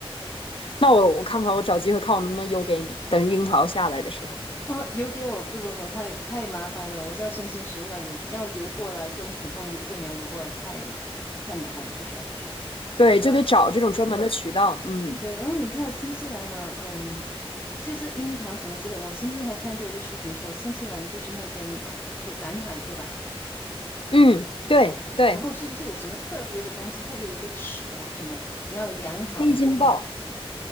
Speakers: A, on the left (about 60°); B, on the left (about 25°).
A: 那我我看看，我找机会看我能不能邮给你。等樱桃下来的时候，
B: 哦，邮给我，不不不，太太麻烦了。我知道生鲜食物要邮要邮过来，跟普通邮件你要邮过来，太太麻烦了，不需要不需要。
A: 对，
B: 不过
A: 就得找这种专门的渠道。嗯
B: 对，然后你看到新西兰呢，嗯，就是樱桃什么之类，我曾经还看过一个视频说，新西兰就是那边啊有赶海，对吧？
A: 嗯，对对，
B: 然后是不是有什么特别的东西，特别的一个尺还是什么，你要量好了过后
A: 黑金豹，